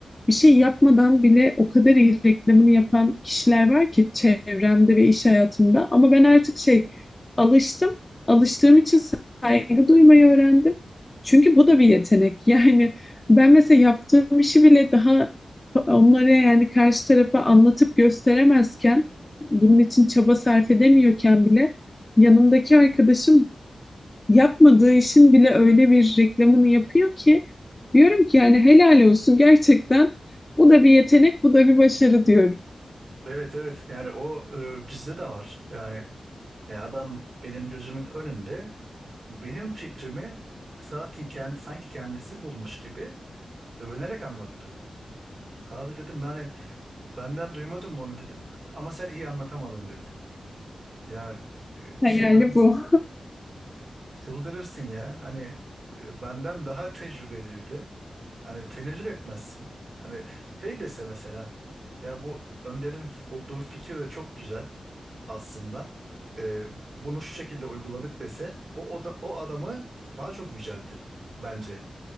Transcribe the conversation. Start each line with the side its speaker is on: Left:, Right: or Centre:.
Left: bir şey yapmadan bile o kadar iyi reklamını yapan kişiler var ki çevremde ve iş hayatımda. Ama ben artık şey alıştım. Alıştığım için saygı duymayı öğrendim. Çünkü bu da bir yetenek. <laughs> Yani ben mesela yaptığım işi bile daha onlara yani karşı tarafa anlatıp gösteremezken, bunun için çaba sarf edemiyorken bile yanımdaki arkadaşım yapmadığı işin bile öyle bir reklamını yapıyor ki diyorum ki yani helal olsun gerçekten bu da bir yetenek bu da bir başarı diyorum.
Right: Evet evet yani o e, bizde de var. Yani e, adam benim gözümün önünde benim fikrimi sanki, kend, sanki kendisi bulmuş gibi Övünerek anlattı. Abi dedim yani benden duymadın bunu dedim. Ama sen iyi anlatamadın dedi. Ya e, çıldırır,
Left: Ha, Yani bu
Right: çıldırırsın ya. Hani e, benden daha tecrübeliydi. Hani tenezzül etmezsin. Hani şey dese mesela ya bu Önder'in bulduğu fikir de çok güzel aslında. E, bunu şu şekilde uyguladık dese o, o da o adamı daha çok yüceltir bence.